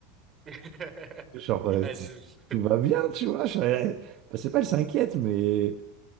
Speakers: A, on the right; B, on the right.
A: <laughs>
B: genre, euh,
A: Allez,
B: <laughs>
A: juge.
B: tout va bien, tu vois, je- bah, c'est pas, elle s'inquiète, mais.